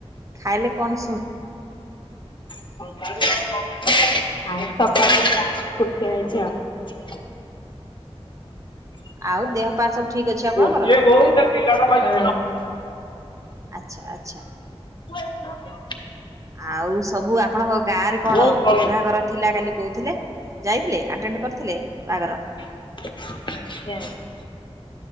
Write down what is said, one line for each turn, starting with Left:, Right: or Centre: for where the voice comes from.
Right: ଖାଇଲେ କଣ ସୂ
Left: ଆ ସକାଳୁ ଚା ବିସ୍କୁଟ୍ ଖିଆ ହେଇଛି ଆଉ। <inaudible>
Right: ଆଉ ଦେହ ପା ସବୁ ଠିକ୍ ଅଛି ଆପଣଙ୍କର?
Left: ଗୋଟିଏ ବୋଉ ତା ପିଲାଟା ପାଇଁ
Right: ଆଚ୍ଛା ଆଚ୍ଛା
Left: <unintelligible> <unintelligible>
Right: ଆଉ ସବୁ ଆପଣଙ୍କ ଗାଁ ରେ କଣ
Left: ବହୁତ ଭଲ।
Right: ବିଭାଘର ଥିଲା କାଲି କୋଉ ଥିଲେ ଯାଇଥିଲେ ଆଟେଣ୍ଡ କରିଥିଲେ ବାହାଘର?
Left: <inaudible>